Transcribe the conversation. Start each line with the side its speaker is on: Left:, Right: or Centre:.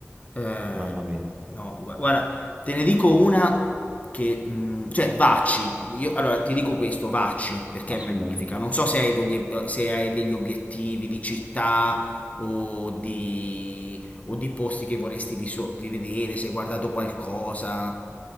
Left: Eh,
Right: mamma mia,
Left: no, gu- guarda, te ne dico una che, mh, cioè, Vacci. Io, allora, ti dico questo, Vacci, perché
Right: assolutamente.
Left: è magnifica. Non so se hai degli, se hai degli obiettivi di città o di, o di posti che vorresti visu- di vedere, se hai guardato qualcosa.